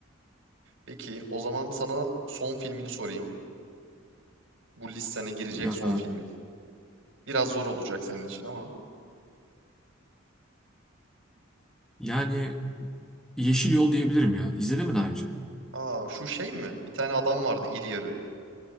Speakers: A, on the right; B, in the centre.
A: Peki o zaman sana son filmini sorayım. Bu listene girecek
B: Ya
A: son filmin. Biraz zor olacak senin için ama.
B: yani Yeşil Yol diyebilirim ya. İzledin mi daha önce?
A: Aa şu şey mi? Bir tane adam vardı iri yarı.